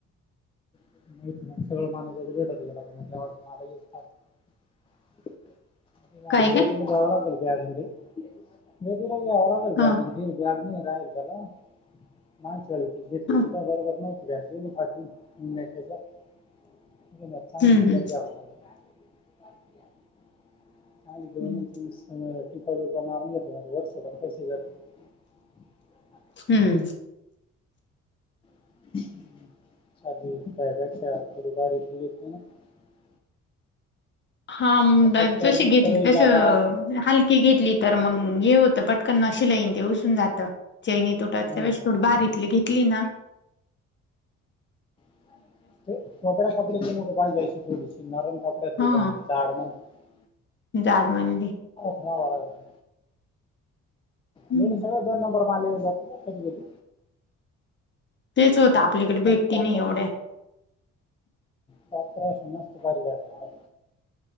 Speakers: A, on the left (about 20°); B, on the left (about 40°).
A: <unintelligible> <unintelligible> <inaudible> <unintelligible>
B: काय काय
A: काय झालं
B: हा
A: त्याला <unintelligible>
B: ह
A: <unintelligible> <unintelligible>
B: हम्म
A: <unintelligible> <inaudible>
B: हम्म
A: <unintelligible> <unintelligible>
B: हम्म
A: <unintelligible>
B: हा
A: तर
B: बघ
A: दप्तर
B: जशी
A: बिप्तर
B: घेतली तशी
A: जादा राहतो
B: हलकी घेतली. तर मग हे होतं पटकन ना शीलाईन ते उपसून जातं. <unintelligible>
A: हम्म.
B: क्लीना
A: <unintelligible> <unintelligible> <unintelligible>
B: हा जाड म्हणली.
A: हा बरोबर
B: हम्म
A: मग सगळं दोन नंबर वाले येऊन जात का कधी कधी
B: तेच होत आपल्याकडे भेटी
A: प्रॉपर
B: नाही एवढ्या
A: प्रॉपर असं मस्त परिवार